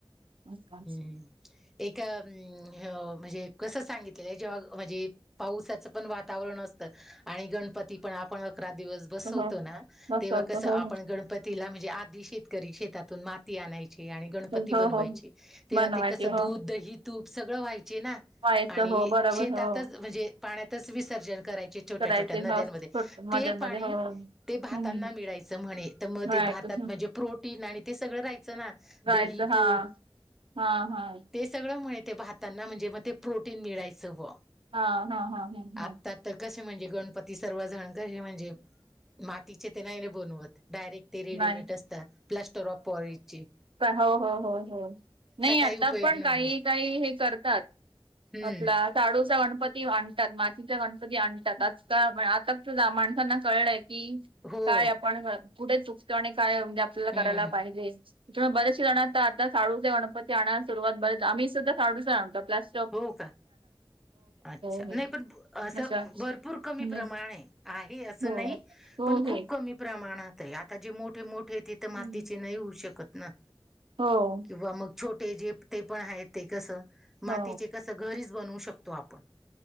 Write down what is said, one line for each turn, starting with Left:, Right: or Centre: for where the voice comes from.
Right: नम का <inaudible>
Centre: हम् एक म्हणजे कसं सांगितलेलं आहे जेव्हा म्हणजे पावसाचं पण वातावरण असतं आणि गणपती पण आपण अकरा दिवस बसवतो
Right: हो
Centre: ना
Right: मस्त
Centre: तेव्हा
Right: होत
Centre: कसं
Right: हो
Centre: आपण गणपतीला म्हणजे आधी शेतकरी शेतातून माती आणायची आणि गणपती
Right: हो
Centre: बनवाय
Right: हो
Centre: चे तेव्हा
Right: बनवायचे
Centre: ते कसं
Right: हो
Centre: दूध दही तूप सगळं व्हायचे ना.
Right: व्हायचं
Centre: आणि
Right: हो बरोबर
Centre: शेतातच
Right: हो
Centre: म्हणजे पाण्यातचं विसर्जन करायचे छोट्या-
Right: करायचे
Centre: छोट्या नद्यांमध्ये.
Right: हो छोट
Centre: ते
Right: मध्ये
Centre: पाणी
Right: मध्ये हो हम्म
Centre: ते भातांना मिळायचं म्हणे तर मग
Right: जायचं
Centre: ते भातात म्हणजे प्रोटीन आणि ते सगळं राहायचं ना.
Right: जायचं
Centre: दही तूप
Right: हा हा हा.
Centre: ते सगळं माहिती हाय भातांना म्हणजे, मग ते प्रोटीन मिळायचं व
Right: हां हां हां हां हं.
Centre: आता तर कसे म्हणजे गणपती सर्वजण कसे, म्हणजे मातीचे ते नाही बनवत डायरेक्ट ते रेडीमेड
Right: नाही
Centre: असतात. प्लास्टर ऑफ पॉरीज चे
Right: काय? हो हो हो. नाही आता
Centre: काही उपयोग
Right: पण
Centre: नाही
Right: काही
Centre: होत
Right: काही हे करतात.
Centre: हम्म
Right: आपला शाडूचा गणपती आणतात, मातीचा गणपती आणतात. आजकाल आता माणसांना कळलंय की?
Centre: हो
Right: काय आपण कुठे चुकतो? आणि काय म्हणजे आपल्याला
Centre: हम्म
Right: करायला पाहिजे? इकडे बरेचसे जण आता शाडूचा गणपती आणाय सुरुवात, बरच आम्ही सुद्धा शाडूचा आणतो. प्लास
Centre: हो का? अच्छा?
Right: हो
Centre: नाही पण असं
Right: अशा
Centre: भरपूर कमी
Right: हम्म,
Centre: प्रमाणे आहे. आहे असं
Right: हो
Centre: नाही.
Right: हो
Centre: पण खूप
Right: हे
Centre: कमी प्रमाणात ते आता जे मोठे मोठे ते तर
Right: हम्म,
Centre: मातीचे नाही होऊ शकत ना?
Right: हो.
Centre: किंवा मग छोटे जे ते पण आहेत. ते कसं मातीचे
Right: हो
Centre: कसं घरीच बनवू शकतो आपण.